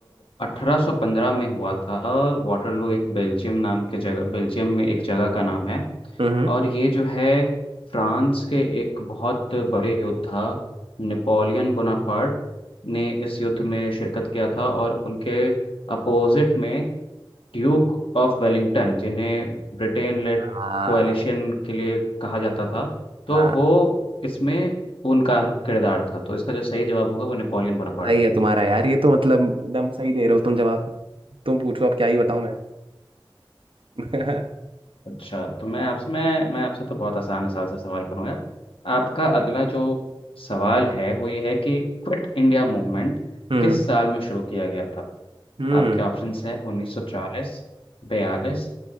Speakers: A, on the left; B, on the right.
A: अठारह सौ पंद्रह में हुआ था वाटरलू एक बेल्जियम नाम के जगह बेल्जियम में एक जगह का नाम है
B: हम्म।
A: और ये जो है फ्रांस के एक बहुत बड़े योद्धा नेपोलियन बोनापार्ट ने इस युद्ध में शिरकत किया था और उनके अपोजिट में ड्यूक ऑफ वेलिंगटन जिन्हें ब्रिटेन लेड
B: हाँ
A: कोएलिशन के लिए कहा जाता था तो
B: हाँ
A: वो इसमें उनका किरदार था तो इसका जो सही जवाब होगा वो नेपोलियन बोनापार्ट
B: सही
A: है
B: है तुम्हारा यार ये तो मतलब एकदम सही दे रहे हो तुम जवाब तुम पूछो अब क्या ही बताऊं मैं <laughs> हम्म
A: अच्छा तो मैं आपसे मैं मैं आपसे तो बहुत आसान आसान सा सवाल करूंगा आपका अगला जो सवाल है वो ये है कि क्विट इंडिया मूवमेंट
B: हम्म
A: किस साल में शुरू किया गया था
B: हम्म
A: आपके ऑप्शंस है 1940 42